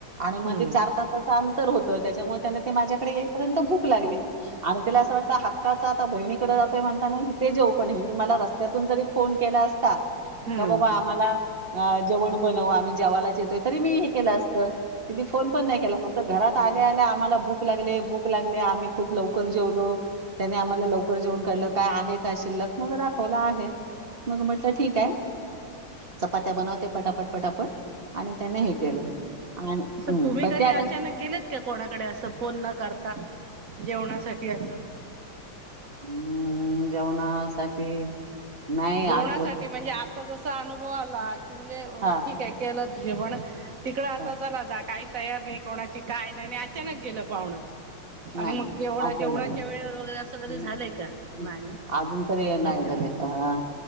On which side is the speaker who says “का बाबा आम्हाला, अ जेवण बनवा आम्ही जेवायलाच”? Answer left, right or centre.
Right